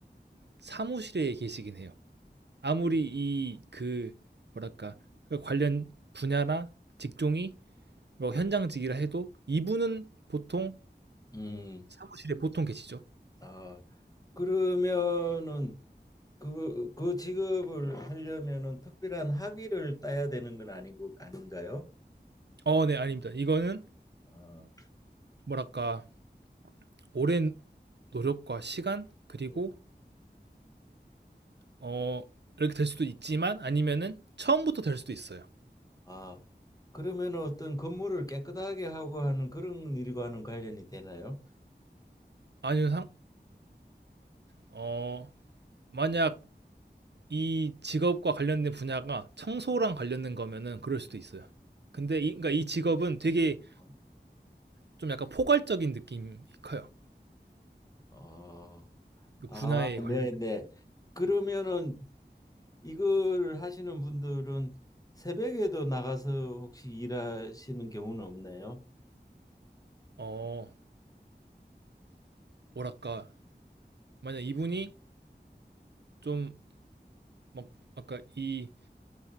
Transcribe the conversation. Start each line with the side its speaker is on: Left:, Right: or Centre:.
Right: 사무실에 계시긴 해요. 아무리 이 그 뭐랄까 그 관련 분야나 직종이 뭐 현장직이라 해도 이분은 보통
Left: 음,
Right: 사무실에 보통 계시죠.
Left: 아, 그러면은 그, 그 직업을 하려면은 특별한 학위를 따야 되는 건 아니고 아닌가요?
Right: 어, 네, 아닙니다. 이거는
Left: 아,
Right: 뭐랄까 오랜 노력과 시간 그리고
Left: 네.
Right: 어 이렇게 될 수도 있지만 아니면은 처음부터 될 수도 있어요.
Left: 아, 그러면 어떤 건물을 깨끗하게 하고 하는 그런 일과는 관련이 되나요?
Right: 아니면 상, 어 만약 이 직업과 관련된 분야가 청소랑 관련된 거면은 그럴 수도 있어요. 근데 이, 그러니까 이 직업은 되게
Left: 어,
Right: 좀 약간 포괄적인 느낌이 커요.
Left: 아,
Right: 그
Left: 아,
Right: 분야에 관련
Left: 네, 네. 그러면은 이걸 하시는 분들은 새벽에도 나가서 혹시 일하시는 경우는 없네요.
Right: 어 뭐랄까 만약 이분이 좀 막 아까 이